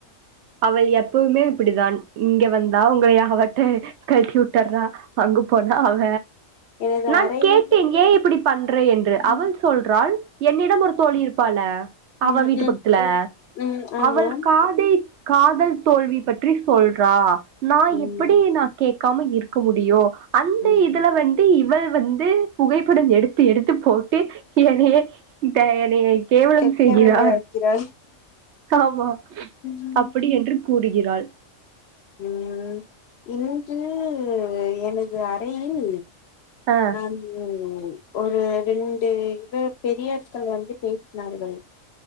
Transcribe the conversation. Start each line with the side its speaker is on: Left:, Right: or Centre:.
Right: அவள் எப்பவுமே இப்படிதான் இங்க வந்தா உங்க யா ஹவட் <unintelligible> அங்க போனா அவ
Left: எனது
Right: நான்
Left: அறையிலே
Right: கேட்டேன் ஏ இப்படி பண்றே என்று
Left: ம்
Right: அவள் சொல்றாள் என்னிடம் ஒரு தோழி இருப்பால அவ
Left: ம்
Right: வீட்டு பக்கத்துல
Left: ம் ஆமா
Right: அவள் காதை காதல் தோல்வி பற்றி சொல்றா நா
Left: ம்
Right: எப்படி நா கே க்காம இருக்க முடியூ அந்த
Left: ம்
Right: இதுல வந்து இவ வந்து புகைப்படம் எடுத் து எடுத்து போட்டு எனைய ட எனைய கேவலம்
Left: கெட்ட
Right: செய்கிறான்
Left: வேலையாக்கிறாள்
Right: ஆமா
Left: ம்
Right: அப்படி என்று கூறுகிறாள்
Left: ம் இன்று எனது அறையில்
Right: ஆ,
Left: நான் ஒரு ரெண்டு இது பெரிய சார் வந்து பேசினார்கள்